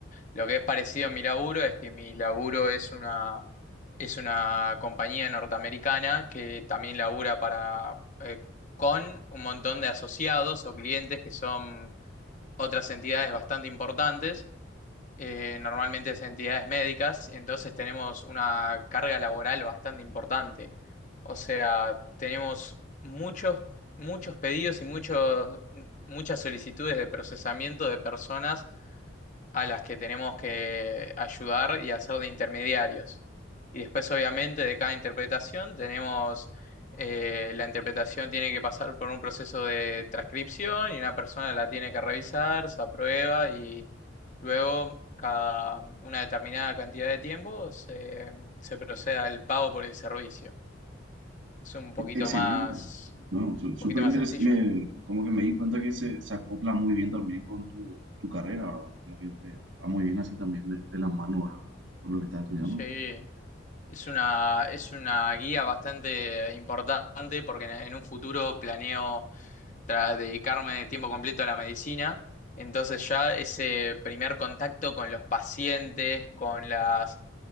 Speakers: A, on the left; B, on the right.
A: Lo que es parecido a mi laburo es que mi laburo es una es una compañía norteamericana que también labura para, eh, con un montón de asociados o clientes que son otras entidades bastante importantes, eh, normalmente es entidades médicas, entonces tenemos una carga laboral bastante importante. O sea, tenemos muchos, muchos pedidos y muchos, muchas solicitudes de procesamiento de personas a las que tenemos que ayudar y hacer de intermediarios. Y después, obviamente, de cada interpretación tenemos, eh, la interpretación tiene que pasar por un proceso de transcripción y una persona la tiene que revisar, se aprueba y luego cada una determinada cantidad de tiempo se, se procede al pago por el servicio. Es un poquito
B: Excelente.
A: más, un
B: No, no, su- súper
A: poquito más
B: interesante.
A: sencillo.
B: Me, Como que me di cuenta que se, se acopla muy bien también con tu, tu carrera, ¿verdad? Como que te, te va muy bien así también de, de la mano, ¿verdad? Con lo que estás estudiando.
A: Sí. Es una, es una guía bastante importante porque en, en un futuro planeo tra- dedicarme de tiempo completo a la medicina. Entonces ya ese primer contacto con los pacientes, con las,